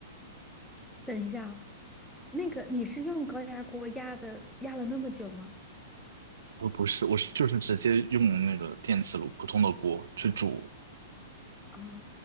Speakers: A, in the centre; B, on the right.
A: 等一下啊那个你是用高压锅压的，压了那么久吗？
B: 我不是，我是就是直接用那个电磁炉普通的锅去煮
A: 啊，